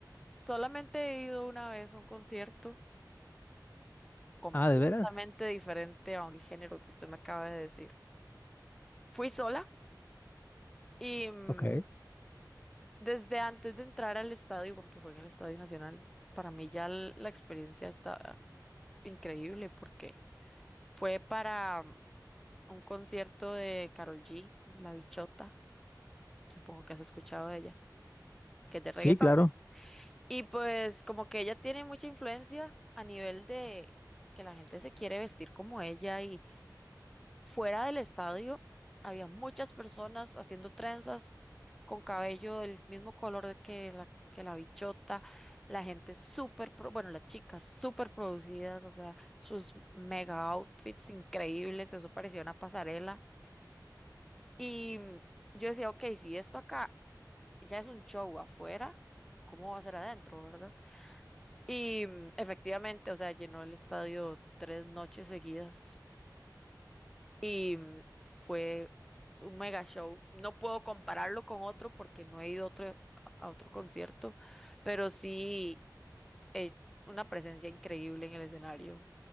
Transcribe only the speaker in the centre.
solamente he ido una vez a un concierto completamente
diferente a un género que usted me acaba de decir. Fui sola y mm,
desde antes de entrar al estadio, porque fue en el Estadio Nacional, para mí ya l- la experiencia está increíble porque fue para mm, un concierto de Karol G, La Bichota, supongo que has escuchado de ella, que es de reggaetón.
Y pues como que ella tiene mucha influencia a nivel de que la gente se quiere vestir como ella y Fuera del estadio había muchas personas haciendo trenzas con cabello del mismo color que la, que la bichota, la gente súper, pro- bueno, las chicas súper producidas, o sea, sus mega outfits increíbles, eso parecía una pasarela. Y mm, yo decía, ok, si esto acá ya es un show afuera, ¿cómo va a ser adentro, verdad? Y mm, efectivamente, o sea, llenó el estadio tres noches seguidas. Y mm, fue un mega show. No puedo compararlo con otro porque no he ido a otro, a otro concierto, pero sí eh, una presencia increíble en el escenario.